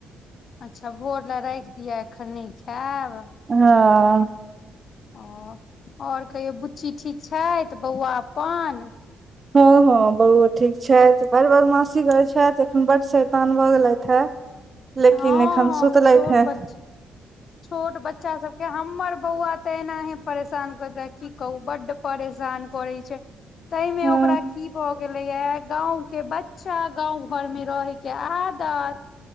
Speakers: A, on the left; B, on the right.
A: अच्छ भोर ले राखि दियअ एखन नहि खैब
B: <unintelligible>
A: ह और कहियौ बुच्ची ठीक छथि बौआ अपन
B: हँ हँ बौआ ठीक छथि बड़ बदमासी करय छथि एखन बड शैतान भऽ गेलयथ हे लेकिन
A: हँ
B: एखन
A: हँ
B: सुतलैथा
A: छोट
B: है
A: बच्चा छोट बच्चा सभ हमर बौआ त एनाहि परेशान क दै की कहू बड्ड परेशान करय छै तहिमे
B: हँ
A: ओकरा कि भ गे गेलय या गांव के बच्चा गांव घर मे रहय के आदत